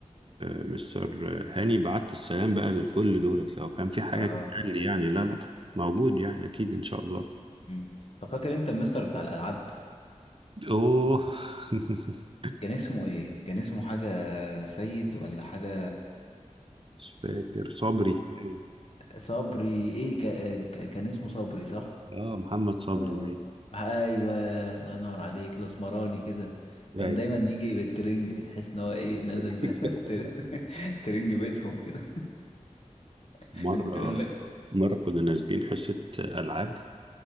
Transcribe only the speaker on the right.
آه، مستر هاني بعت السلام بقى لكل دولت لو كان في حاجة
تتقال لي يعني لا لا موجود يعني اكيد ان شاء الله
اوه <laughs>
مش
فاكر صبري باين.
اه محمد صبري
باين.
ايوه
<laughs>
مرة
مرة كنا نازلين حصة ألعاب